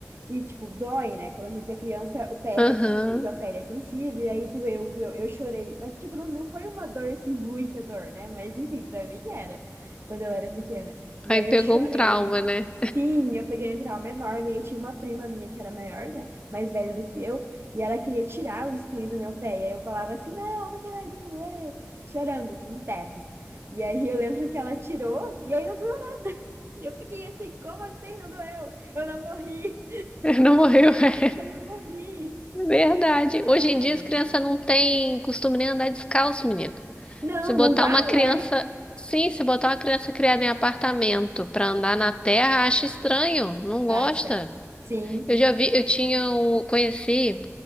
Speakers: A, on the right; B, on the left.
A: e, tipo, dói, né? Quando a gente é criança, o pé
B: aham.
A: é bem sensível, a pele é sensível. E aí, doeu, doeu. Eu chorei. Mas, tipo, não, não foi uma dor assim, muita dor, né? Mas, enfim, pra mim era. Quando eu era pequena. E
B: Aí
A: aí
B: pegou
A: eu chorei,
B: um trauma, né?
A: Sim, eu peguei um trauma enorme. Aí tinha uma prima minha que era maior, né? Mais velha do que eu. E ela queria tirar o espinho do meu pé. E aí eu falava assim, não, porque vai doer. Chorando, assim, em berros. E aí eu lembro que ela tirou e aí não doeu nada. <laughs> E eu fiquei assim, como assim não doeu? Eu não morri,
B: <laughs> Não morreu.
A: <laughs>
B: É
A: eu não morri.
B: Verdade.
A: Ai, ai,
B: Hoje em dia
A: ai.
B: as crianças não têm costume nem andar descalço, menino.
A: Não,
B: Se botar
A: não dá,
B: uma criança,
A: né?
B: sim, se botar uma criança criada em apartamento pra andar na terra, acha estranho, não
A: Acha?
B: gosta.
A: Sim.
B: Eu já vi, eu tinha o, conheci